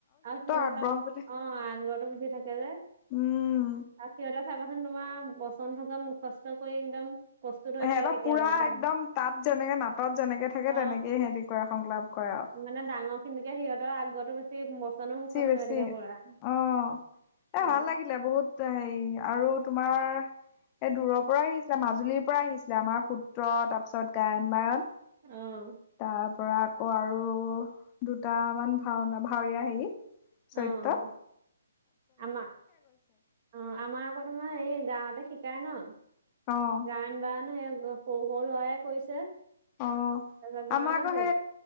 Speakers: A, on the right; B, on the left.
A: আৰু সিহঁতৰ
B: আগ্ৰহ বোলে
A: অ আগত- আগচি থাকে যে
B: উম
A: আৰু সিহঁতক চাবাচোন তোমাৰ বচন চচন মুখষ্ট কৰি একদম প্ৰস্তুত হৈ
B: সিহঁতক
A: থাকে কেতিয়াবা
B: পুৰা
A: পাই
B: একদম তাত যেনেকে নাটত যেনেকে থাকে
A: অ
B: তেনেকে সেতি কৰে সংলাপ কৰে আ।
A: মানে ডাঙৰ খিনিকে সিহঁতৰ আগতো- বচনোও মুখস্ত
B: বেছি
A: হৈ থাকে পুৰা
B: অঁ
A: উম।
B: এ ভাল লাগিলে বহুত হেৰি আৰু তোমাৰ? এই দূৰৰ পৰাই আহিছে মাজুলীৰ পৰা আহিছিলে আমাৰ সূত্ৰ তাৰপিছত গায়ন বায়ন।
A: অ অ
B: তাৰ পৰা আকৌ আৰু দুটামান ভাওনা ভাৱৰীয়া হেৰি। চৈত।
A: অ আমাৰ অ আমাৰ আকৌ তোমাৰ এই গাঁৱতে শ। কাই ন
B: অঁ
A: গায়ন -বায়ন সেই সৰু সৰু লৰাই কৰিছে।
B: অ
A: তাৰপিছত গাঁৱে
B: আমাৰ ক সে।